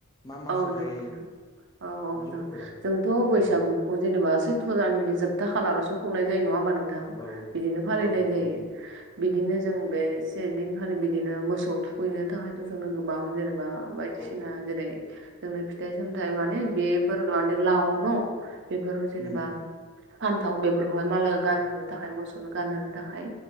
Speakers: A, on the left; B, on the right.
A: मा मासाव
B: औ जागोन
A: जायो
B: नोंथां औ औ
A: बिदिफोरखौ
B: जोंथ' बैसागु
A: उम
B: बेखौ जेनेबा सैथ्र'जाननि जोबथा खालारावसो खुंनाय जायो नङा होमबा नोंथां
A: औ
B: बिदिनो फालिनाय
A: औ नंगौ
B: जायो बिदिनो जों बे से दिनखालि बिदिनो मोसौ थुखैनो थाखाय जोंनो गोबां जेनेबा बायदिसिना
A: औ
B: जेरै जोंनो फिथाइ सामथायाइ माने बेफोर माने लाव न बेफोर जेनेबा
A: उम
B: फान्थाव बेफोरखौहाय माला गानहोनो थाखाय मोसौनो गानहोनो थाखाय